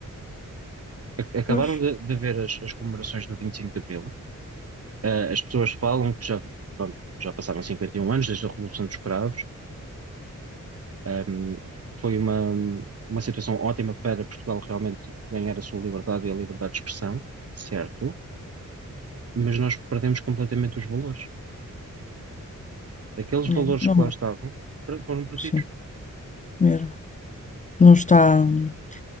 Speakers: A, on the right (about 50°); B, on the left (about 25°).
A: Ac- Acabaram
B: Pois,
A: de, de haver as, as comemorações do 25 de Abril. Ah, as pessoas falam que já, pronto, já passaram 51 anos desde a Revolução dos Cravos Um, foi uma, uma situação ótima para Portugal realmente ganhar a sua liberdade e a liberdade de expressão, certo? Mas nós perdemos completamente os valores. Aqueles valores
B: é, não,
A: que lá estavam per- foram perdidos.
B: sim, mesmo. Não está, não